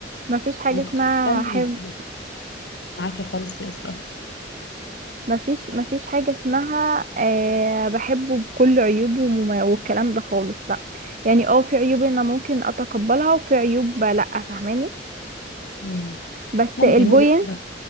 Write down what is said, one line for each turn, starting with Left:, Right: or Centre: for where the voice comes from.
Right: مفيش حاجة
Left: وتقبلني
Right: اسمها حب
Left: لا معاكي خالص يا اسراء
Right: مفيش مفيش حاجة اسمها أه بحبه بكل عيوبه ومم- والكلام ده خالص لا يعني اه في عيوب انا ممكن اتقبلها وفي عيوب لا فاهماني
Left: مم.
Right: بس
Left: ممكن
Right: البوينت
Left: وجهه نظر